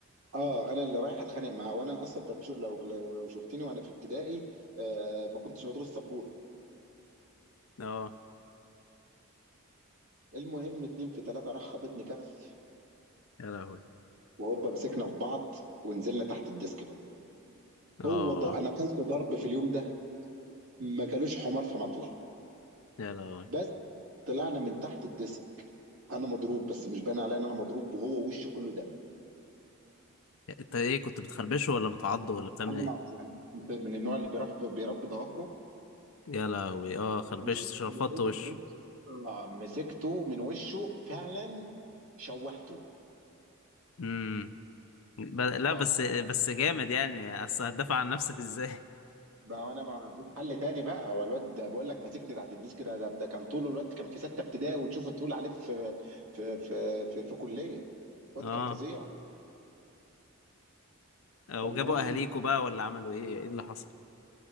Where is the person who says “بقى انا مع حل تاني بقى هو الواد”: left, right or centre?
Right